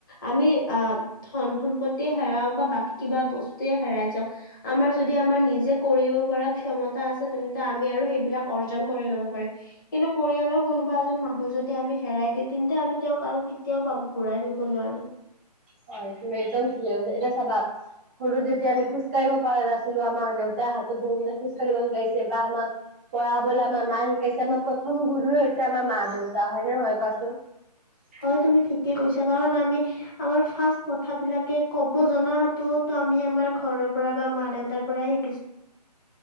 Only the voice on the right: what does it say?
হয়। তুমি একদম ঠিকেই কৈছা। এতিয়া চাবা সৰুতে যেতিয়া আমি খোজ কঢ়িব পৰা নাছিলো আমাক দেউতাই হাতত ধৰি কিনে খোজ কঢ়িব শিকাইছে বা আমাক পঢ়াবলৈ আমাৰ মায়ে শিকাইছে আমাৰ প্ৰথম গুৰুৱে হৈছে আমাৰ মা দেউতা। হয়নে নহয় কোৱাচোন? <inaudible>